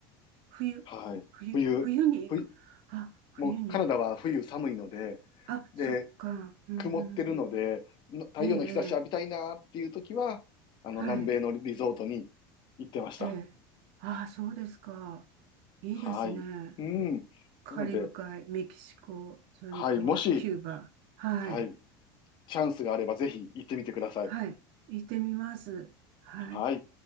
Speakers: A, on the right (about 65°); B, on the left (about 40°).
A: 冬、
B: はい。
A: 冬、
B: 冬、
A: 冬に行く。
B: 冬、
A: あ、冬に。
B: もうカナダは冬寒いので、
A: あ、
B: で、
A: そっか。うん、
B: 曇ってるので、
A: うん
B: の太陽の日差し浴びたいなっていう時は、
A: うん、ええ、ええ、
B: あの、
A: はい、
B: 南米のリゾートに行ってました。
A: ええ。ああ、そうですか。いいですね。
B: はい。うん。
A: カリブ海、
B: なので、
A: メキシコ、それとキューバ。
B: はい、もし、
A: はい、
B: はい、チャンスがあればぜひ行ってみてください。
A: はい。行ってみます。はい。
B: はい。